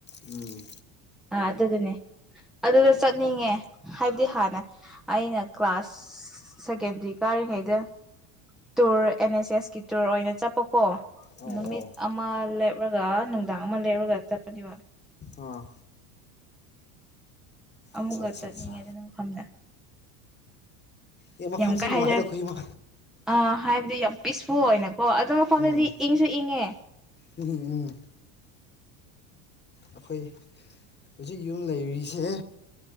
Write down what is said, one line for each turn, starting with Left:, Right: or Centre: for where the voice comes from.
Left: ꯎꯝ
Centre: ꯑꯥ ꯑꯗꯨꯗꯨꯅꯦ ꯑꯗꯨꯗ ꯆꯠꯅꯤꯡꯉꯦ ꯍꯥꯏꯕꯗꯤ ꯍꯥꯟꯅ ꯑꯩꯅ ꯀ꯭ꯂꯥꯁ ꯁꯦꯀꯦꯇ꯭ꯔꯤ ꯀꯥꯔꯤꯉꯩꯗ ꯇꯨꯔ ꯑꯦꯟ ꯑꯦꯁ ꯑꯦꯁ ꯀ ꯇꯨꯔ ꯑꯣꯏꯅ ꯆꯄ ꯀꯣ
Left: ꯑꯣ
Centre: ꯅꯨꯃꯤꯠ
Left: ꯑꯣ
Centre: ꯑꯃ ꯂꯦꯞꯔꯒ ꯅꯨꯡꯗꯥꯡ ꯑꯃ ꯂꯦꯞꯔꯒ ꯆꯠꯄꯅꯦꯕ
Left: ꯑꯥ
Centre: ꯑꯃꯨꯀ
Left: ꯑꯠꯆꯥ ꯑꯠꯆꯥ
Centre: ꯌꯠꯅꯤꯡꯉꯦ
Left: ꯑꯠꯆꯥ
Centre: ꯑꯗꯨꯒꯤ ꯃꯐꯝꯗ
Left: ꯌꯦ ꯃꯐꯐꯝꯁꯦ
Centre: ꯌꯥꯝ ꯀꯥ
Left: ꯅꯨꯡꯉꯥꯏꯗ
Centre: ꯍꯥꯏꯖꯔꯛ
Left: ꯑꯈꯣꯢ ꯃ
Centre: ꯑ ꯍꯥꯏꯕꯗꯤ ꯌꯥꯝ ꯄꯤꯁꯐꯨꯜ ꯑꯣꯏꯔꯝ ꯀꯣ ꯑꯗꯨ ꯃꯐꯝꯗꯗꯤ
Left: ꯎꯝ
Centre: ꯏꯪꯁꯨ ꯏꯪꯉꯦ
Left: ꯎꯝ ꯎꯝ ꯑꯩꯈꯣꯏ ꯍꯧꯖꯤꯛ ꯌꯨꯝ ꯂꯩꯔꯤꯁꯦ